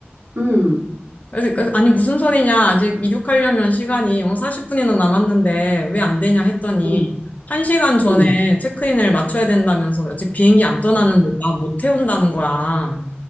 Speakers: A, on the right (about 65°); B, on the left (about 40°).
A: 응,
B: 그래서 그- 아니 무슨 소리냐? 아직 이륙하려면 시간이 40분이나 남았는데 왜 안 되냐 했더니
A: 응,
B: 한 시간 전에
A: 응,
B: 체크인을 맞춰야 된다면서 아직 비행기 안 떠났는데 나 못 태운다는 거야.